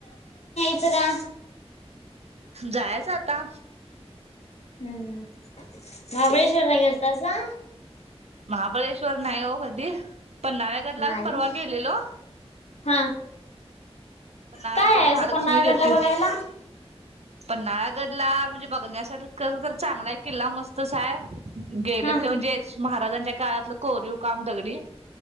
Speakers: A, on the left (about 80°); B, on the right (about 80°).
A: च जरा.
B: जायच आता.
A: हम्म महाबळेश्वरला गेलतासा?
B: महाबळेश्व श्वर नाही वो कधी. पन्हाळगड
A: नाही
B: ला परवा गेलेलो.
A: हा
B: पन्हाळगड,
A: काय आहे
B: महालक्ष्मी,
A: असं पन्हाळगडला
B: जोती
A: बघायला?
B: पन्हाळगड ला म्हणजे बघण्यासाठी खर तर चांगलाय, किल्ला मस्तच आहे. गेलं
A: हा
B: की म्हणजे महाराजांच्या काळातलं कोरीव काम दगडी